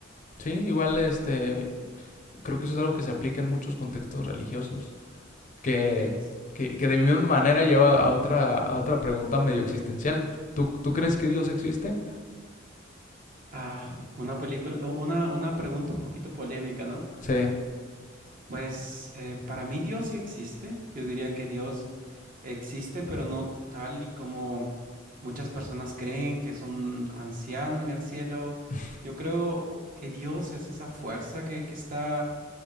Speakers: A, on the left (about 40°); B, on the right (about 45°).
A: Sí, igual este, creo que eso es algo que se aplica en muchos contextos religiosos, que,
B: Ex-
A: que, que de misma manera lleva a otra, a otra pregunta medio existencial. ¿Tú, tú crees que Dios existe?
B: Ah, una película, una, una pregunta un poquito polémica, ¿no?
A: Sí.
B: Pues eh, para mí Dios sí existe. Yo diría que Dios existe, pero no tal y como muchas personas creen que es un anciano en el cielo.
A: <laughs>
B: Yo creo que Dios es esa fuerza que, que está